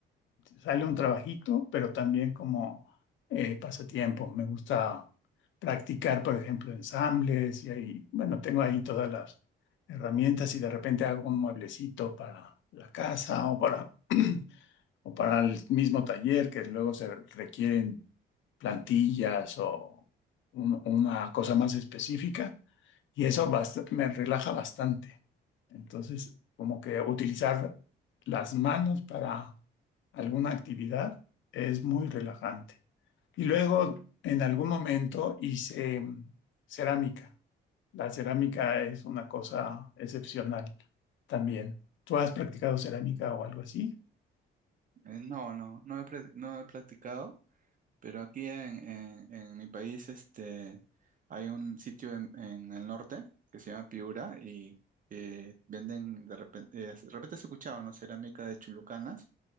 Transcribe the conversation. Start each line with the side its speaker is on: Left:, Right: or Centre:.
Left: sale un trabajito, pero también como eh, pasatiempo. Me gusta practicar, por ejemplo, ensambles y ahí, bueno, tengo ahí todas las herramientas y de repente hago un mueblecito para la casa o para o para el mismo taller que luego se requieren plantillas o un- una cosa más específica y eso bast- me relaja bastante. Entonces, como que utilizar las manos para alguna actividad es muy relajante. Y luego, en algún momento hice mm, cerámica. La cerámica es una cosa excepcional también. ¿Tú has practicado cerámica o algo así?
Right: Eh, no, no, no he, pre- no he practicado. Pero aquí en, en- en mi país este, hay un sitio en, en el norte que se llama Piura y eh, venden de repente, eh, de repente has escuchado, ¿no? Cerámica de chulucanas,